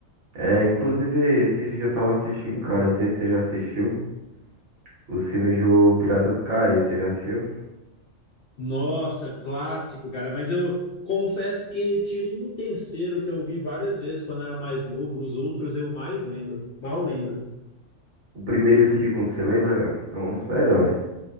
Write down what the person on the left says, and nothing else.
Nossa, clássico, cara. Mas eu confesso que tirando o terceiro, que eu vi várias vezes quando eu era mais novo, os outros eu mais lembro, mal lembro.